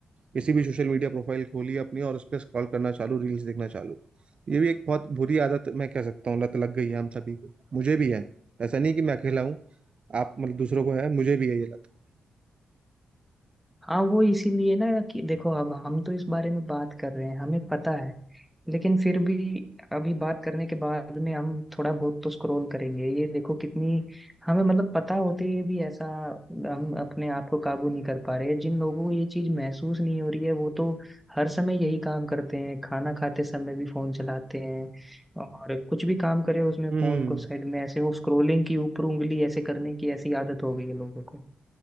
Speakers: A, on the right; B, in the centre.
A: किसी भी सोशल मीडिया प्रोफाइल खोली अपनी और उस पर स्क्रॉल करना चालू रील्स देखना चालू ये भी एक बहुत बुरी आदत मैं कह सकता हूँ लत लग गई है हम सभी को मुझे भी है ऐसा नहीं कि मैं अकेला हूँ आप मतलब दूसरों को है मुझे भी है ये लत
B: हाँ वो इसीलिए ना कि देखो अब हम तो इस बारे में बात कर रहे हैं हमें पता है लेकिन फिर भी अभी बात करने के बाद में हम थोड़ा बहुत तो स्क्रॉल करेंगे ये देखो कितनी हमें मतलब पता होते हुए भी ऐसा हम अपने आप को काबू नहीं कर पा रहे हैं। जिन लोगों को ये चीज महसूस नहीं हो रही है वो तो हर समय यही काम करते हैं खाना खाते समय भी फोन चलाते हैं और कुछ भी काम करे उसमें
A: हम्म
B: फोन को साइड में ऐसे वो स्क्रोलिंग की ऊपर उंगली ऐसे करने की ऐसी आदत हो गई है लोगों को